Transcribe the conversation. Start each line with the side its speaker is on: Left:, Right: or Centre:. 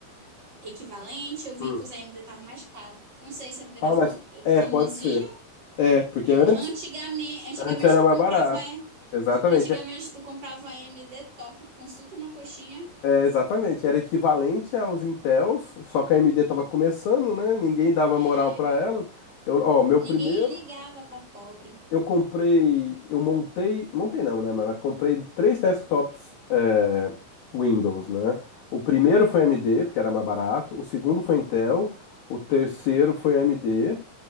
Right: equivalente, eu vi
Left: Hum.
Right: que os AMD estavam mais caros. Não sei se é porque
Left: Ah,
Right: tá ficando
Left: mas é,
Right: famosinho.
Left: pode ser. É, porque antes,
Right: Antigamente, antigamente
Left: antes era
Right: tu
Left: mais
Right: comprava,
Left: barato.
Right: é,
Left: Exatamente.
Right: antigamente
Left: É,
Right: tu comprava um AMD top com suco e uma coxinha.
Left: é, exatamente. Era equivalente aos Intels, só que a AMD tava começando, né? Ninguém dava
Right: é,
Left: moral para elas. Eu, ó, meu
Right: Ninguém
Left: primeiro
Right: ligava para pobre.
Left: eu comprei, eu montei, montei não, né? Mas mas comprei três desktops é, Windows, né? O primeiro foi AMD, porque era mais barato. O segundo foi Intel. O terceiro foi AMD.